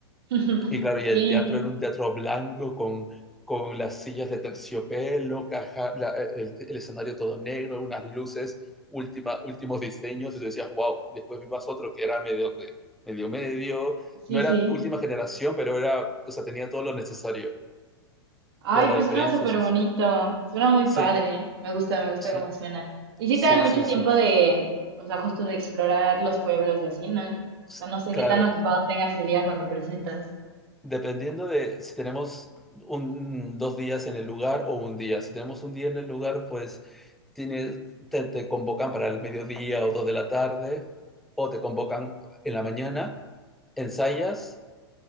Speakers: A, on the right; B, in the centre.
A: <laughs>
B: Y claro,
A: Sí,
B: y el teatro era un teatro blanco con, con las sillas de terciopelo, caja, la- eh, el, el escenario todo negro, unas luces, última, últimos diseños, y tú decías, wow, después vimos otro que era medio de- medio medio,
A: sí,
B: no era
A: sí.
B: última generación, pero era, o sea, tenía todo lo necesario.
A: Ay,
B: Pero la
A: pues
B: diferencia
A: suena súper
B: es esa.
A: bonito. Suena muy
B: Sí,
A: padre. Me gusta, me gusta
B: sí,
A: cómo suena. Y sí
B: sí,
A: te da mucho
B: sí,
A: tiempo
B: sí.
A: de, o sea, justo de explorar los pueblos y así, ¿no? O
B: S-
A: sea, no sé
B: Claro,
A: qué tan ocupado tengas el día cuando presentas.
B: dependiendo de si tenemos un, dos días en el lugar o un día. Si tenemos un día en el lugar, pues Tienes, te, te convocan para el mediodía o dos de la tarde, o te convocan en la mañana, ensayas,